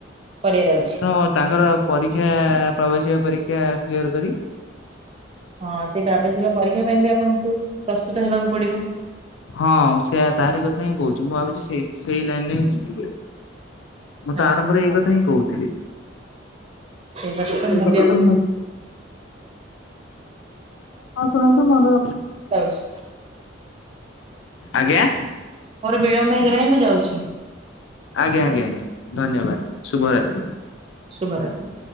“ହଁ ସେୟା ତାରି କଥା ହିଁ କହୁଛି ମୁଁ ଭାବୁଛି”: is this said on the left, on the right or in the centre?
Left